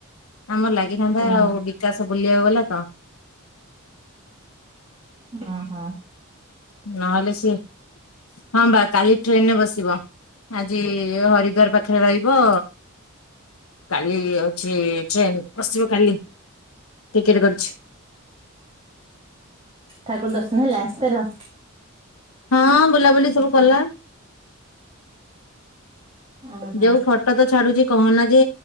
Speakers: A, on the left; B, on the right.
A: ଆମର ଲାଗିଥାନ୍ତା
B: ହୁଁ
A: ଆଉ ବିକାଶ ବୁଲିବାକୁ ଗଲା ତ।
B: ଉଁ ହୁଁ।
A: ନହେଲେ ସେ ହଁ ବା କାଲି ଟ୍ରେନରେ ବସିବ ଆଜି ହରିଦ୍ଵାର ପାଖରେ ରହିବ କାଲି ଅଛି ଟ୍ରେନ। ବସିବ କାଲି। ଟିକେଟ କରିଛି।
B: ଠାକୁର ଦର୍ଶନ ହେଲା ତୋର।
A: ହଁ ବୁଲାବୁଲି ସବୁ କଲା।
B: ଓହୋ
A: ଯୋଉ ଫଟୋ ତ ଛାଡୁଛି କହନା ଯେ